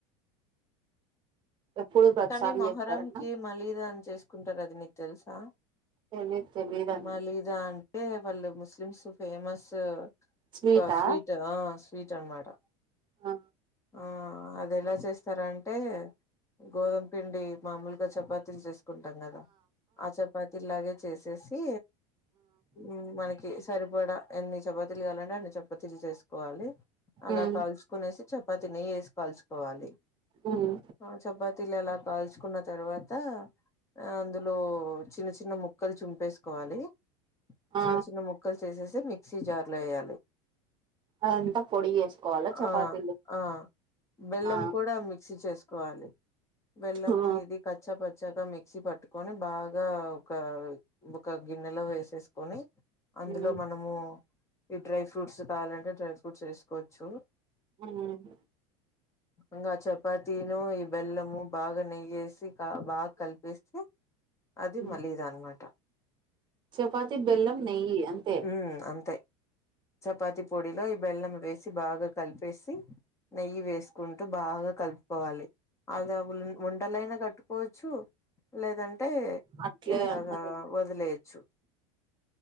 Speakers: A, on the right; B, on the left.
A: ఎప్పుడు ప్రతిసారి
B: కానీ మొహరం
A: చేస్తారన్నా
B: కి మలీదా అని చేసుకుంటారు అది నీకు తెలుసా
A: తెలీదు తెలీదండి
B: మలీ దా అంటే వాళ్ళు ముస్లిమ్స్ ఫేమస్
A: స్వీటా
B: ఒక స్వీట్ ఆ స్వీట్ అన్నమాట
A: ఆ
B: ఆ అది ఎలా చేస్తారు అంటే గోధుమ పిండి మామూలుగా చపాతీలు చేస్త కుంటాం కదా ఆ చపాతి ఇలాగే చేసేసి ఉమ్మ్ మనకి సరిపడా ఎన్ని చపాతీలు కావాలంటే అన్ని చపాతీలు చేసుకోవాలి అలా
A: ఉమ్
B: కాల్చుకునేసి చ తిని నెయ్యి వేసి కాల్చుకోవాలి
A: ఉమ్
B: ఆ చపాతీలు అలా కాల్చుకున్న తర్వాత అందులో చిన్న చిన్న ముక్కలు చుంపేసుకోవాలి
A: ఆ
B: చిన్న చిన్న ముక్కలు చేసేసి మిక్సీ జార్లో వేయాలి
A: అదంతా పొడి వేసుకోవాలా చపాతీలు
B: ఆ ఆ బెల్లం
A: ఆ
B: కూడా మిక్సీ చేసుకోవాలి బెల్లము
A: ఆ
B: ఇది కచ్చ పచ్చగా మిక్సీ పట్టుకొని బాగా ఒక ఒక గిన్నెలో వేసేసు కొని అందులో
A: ఉమ్
B: మనము ఈ డ్రై ఫ్రూట్స్ కావాలంటే డ్రై ఫ్రూట్స్ వేసుకోవచ్చు
A: ఉమ్
B: ఇంకా చపాతీను ఈ బెల్లము బాగా నెయ్యేసి క బా కలిపేస్తె ఆ అది
A: ఉమ్
B: మలీద అన్మాట
A: చపాతి బెల్లం నెయ్యి అంతే
B: హ్మ్ అంత్ చపాతి పొడిలో ఈ బెల్లం వేసి బాగా కలిపేసి నెయ్యి వేసుకుంటూ బాగా కలుపుకోవాలి అలా వున్ వుండలయినా పోచ్చు లేదంటే
A: అట్లే
B: ఇలాగా
A: అన్నది
B: వదిలేయచ్చు